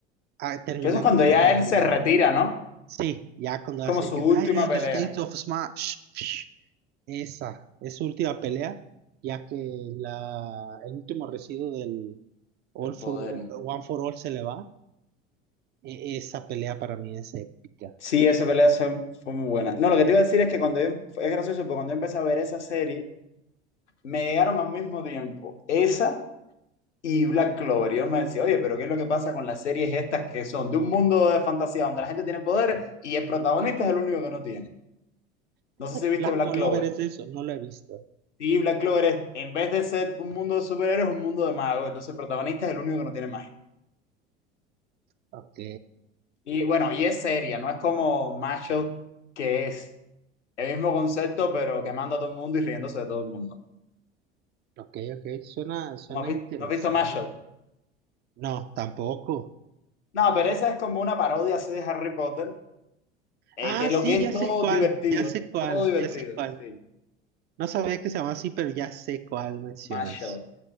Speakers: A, on the right (about 30°); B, on the left (about 75°).
A: Ah, terminando
B: Que eso es cuando
A: con
B: ya
A: el...
B: él se retira, ¿no?
A: Sí, ya cuando
B: Es como
A: hace
B: su
A: el
B: última
A: United
B: pelea
A: States of Smash. Esa es su última pelea, ya que la, el último residuo del, All
B: de poder.
A: for One for All se le va. E- Esa pelea para mí es épica.
B: Sí, esa pelea fue, fue muy buena. No, lo que te iba a decir es que cuando yo- es gracioso, porque cuando yo empecé a ver esa serie, me llegaron al mismo tiempo. Esa Y Black Clover, y yo me decía, oye, pero ¿qué es lo que pasa con las series estas que son de un mundo de fantasía donde la gente tiene poder y el protagonista es el único que no tiene? No sé si viste
A: Black
B: Black
A: Clover
B: Clover.
A: es eso, no la he visto.
B: Sí, Black Clover es, en vez de ser un mundo de superhéroes, es un mundo de magos. Entonces el protagonista es el único que no tiene magia.
A: Ok,
B: Y bueno, y es seria, no es como Mashup, que es el mismo concepto, pero quemando a todo el mundo y riéndose de todo el mundo.
A: ok, ok, suena, suena
B: ¿No has, vis-
A: interesante.
B: no has visto Mashup?
A: No, tampoco.
B: No, pero esa es como una parodia así de Harry Potter, eh,
A: Ah,
B: que lo
A: sí,
B: que es
A: ya
B: todo
A: sé cuál,
B: divertido,
A: ya sé cuál,
B: todo divertido,
A: ya sé cuál.
B: sí.
A: No sabía que se llamaba así, pero ya sé cuál mencionas.
B: Mashup.